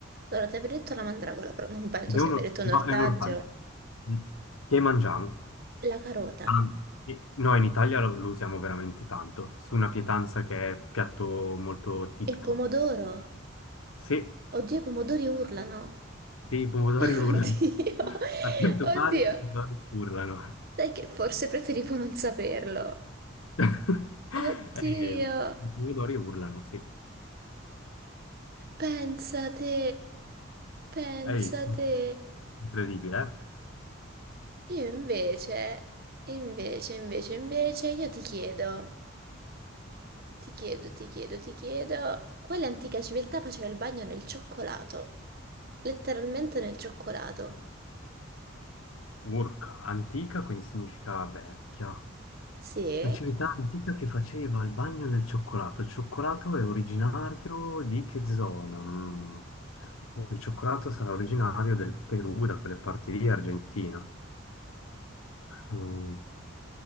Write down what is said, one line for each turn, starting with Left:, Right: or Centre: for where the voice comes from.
Right: Allora, ti avevo detto la mandragola, però non penso
Left: Ed è
Right: se
Left: un,
Right: mi
Left: or-
Right: hai detto
Left: no,
Right: un ortaggio.
Left: è un ortaggio mm, che mangiamo.
Right: La carota,
Left: Tanto. E- No, in Italia lo, lo usiamo veramente tanto, su una pietanza che è piatto molto tipico.
Right: il pomodoro.
Left: Sì,
Right: Oddio, i pomodori urlano.
Left: sì, i pomodori
Right: <laughs> Oddio,
Left: urlano. <laughs> A quanto pare
Right: oddio.
Left: i pomodori urlano.
Right: Sai che forse preferivo non saperlo.
Left: <laughs>
Right: Oddio.
Left: Eh, i pomodori urlano, sì.
Right: Pensa te, pensa
Left: Hai visto?
Right: te.
Left: Incredibile, eh?
Right: Io invece, invece, invece, invece, io ti chiedo... Ti chiedo, ti chiedo, ti chiedo, quale antica civiltà faceva il bagno nel cioccolato? Letteralmente nel cioccolato.
Left: Urca, antica, quindi significa vecchia.
Right: Sì,
Left: La civiltà antica che faceva il bagno nel cioccolato. Il cioccolato è originario di che zona? Mm. Il cioccolato sarà originario del Perù, da quelle parti lì, Argentina. Mm.